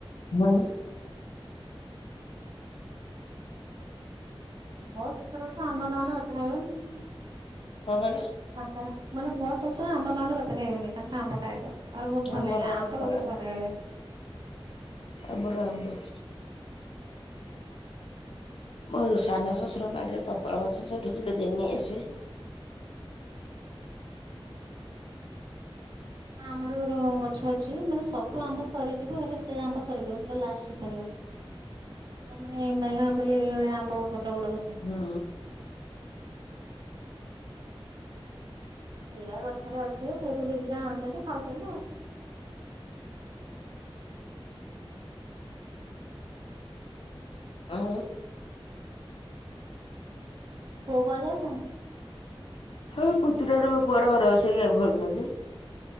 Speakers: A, on the left; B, on the right.
A: ମଉ
B: ମଉସା ତଛ ଆମ୍ବ ନହେଲେ ଭାତ ଖାଇବେନି।
A: କଣ କହିଲ?
B: ତାଙ୍କର ମାନେ ମୋ ଶ୍ୱଶୁର ଆମ୍ବ ନହେଲେ ଭାତ ଖାଇବେନି ତାଙ୍କର ଆମ୍ବଟା ଆଗ। ତାଙ୍କର ବହୁତ ଭଲ
A: ଆମର
B: ଲାଗେ ଆମ୍ବ
A: ଆମର
B: ଲଗେଇ ସେ ଭାତ ଖାଇବେ।
A: ଆମର ଆମ୍ବ। ମୋ ସାନ ଶଶୁର ବାଡିରେ ପ୍ରବଳ ଗଛ ସେଠୁ ଯିବେ ଦିନ୍ ନେଇ ଆସିବେ।
B: ହ ଆମର ଗୋଟେ ଗଛ ଅଛି ମାନେ ସବୁ ଆମ୍ବ ସରିଯିବ ହେଲେ ସେ ଆମ୍ବ ସରିବନି ପୁରା ଲାଷ୍ଟରେ ସରିବ। ତାମାନେ ବାଇଗଣ ପଲେଇ ଭଳିଆ ଆମ୍ବ ବଡ ବଡ କସିକି।
A: ହୁଁ।
B: ସେଇରା ଗଛରେ ଅଛି ସେଇଠୁ ଦି ଦି ଟା ଆଣୁଛନ୍ତି ଖାଉଛନ୍ତି ଆଉ।
A: ଉଁ।
B: ପୁଅ କୁଆଡ଼େ ଯାଇଛନ୍ତି?
A: ହଁ ପୁତୁରା ର ମୋ ପୁଅର ଘରେ ବସିିକି ଗେମ୍ ଖେଳୁଛନ୍ତି